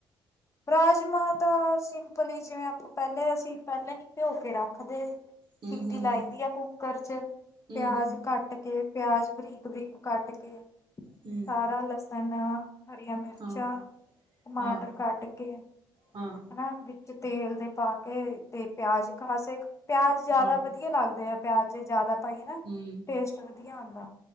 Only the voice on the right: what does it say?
ਹੂੰ
ਹੂੰ ਹੂੰ
ਹੂੰ ਹੂੰ
ਹੂੰ
ਹੂੰ
ਹਾਂ
ਹਾਂ
ਹਾਂ
ਹਾਂ
ਹੂੰ